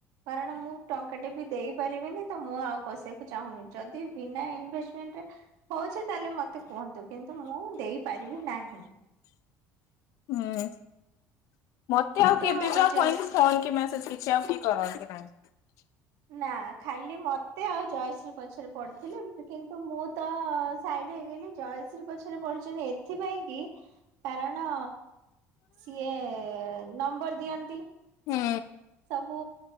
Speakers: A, on the right; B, on the left.
A: କାରଣ ମୁଁ ଟଙ୍କା ଟେ ବି ଦେଇ ପାରିବିନି। ତ ମୁଁ ଆଉ କସିବାକୁ ଚାହୁଁନି ଯଦି ବିନା ଇନଭେଷ୍ଟମେଣ୍ଟରେ ହଉଛି ତାହେଲେ ମତେ କୁହନ୍ତୁ କିନ୍ତୁ ମୁଁ ଦେଇପାରି ଦେବି ନାହିଁ।
B: ହୁଁ। ମତେ ଆଉ
A: ତ
B: କେବେତି ଯ
A: ଜୟଶ୍ରୀ
B: ଫନ୍ କି ମେସେଜ ସେଉ କି କରନ୍ତି ନହି
A: ନା ଖାଲି ମତେ ଆଉ ଜୟଶ୍ରୀ ପଛରେ ପଢ଼ୁଥିଲି କିନ୍ତୁ ମୁଁ ତ ସାଇଡ଼ ହେଇଗଲି ଜୟଶ୍ରୀ ପଛରେ ପଡ଼ିିଛନ୍ତି ଏଥିପାଇଁ କାରଣ ସିଏ ନମ୍ବର ଦିଅନ୍ତି।
B: ହୁଁ
A: ସୁ